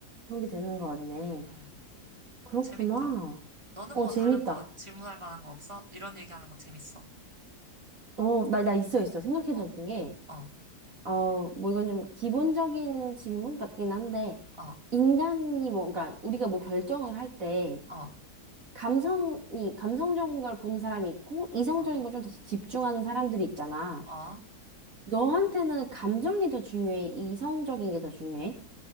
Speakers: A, on the right; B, on the right.
A: 그런 게 되는 것 같네.
B: 음,
A: 그렇구나.
B: 재밌다. 너는
A: 어,
B: 뭐
A: 재밌다.
B: 다른 거 질문할 만한 거 없어? 이런 얘기하는 거 재밌어.
A: 어, 나, 나 있어, 있어. 생각해도
B: 어,
A: 웃긴 게,
B: 어,
A: 어, 뭐 이건 좀 기본적인 질문 같긴 한데,
B: 어,
A: 인간이 뭔가, 우리가 뭐 결정을 할 때,
B: 어,
A: 감성이, 감성적인 걸 보는 사람이 있고, 이성적인
B: 어,
A: 걸 좀 더 집중하는 사람들이 있잖아.
B: 어.
A: 너한테는 감정이 더 중요해? 이성적인 게 더 중요해?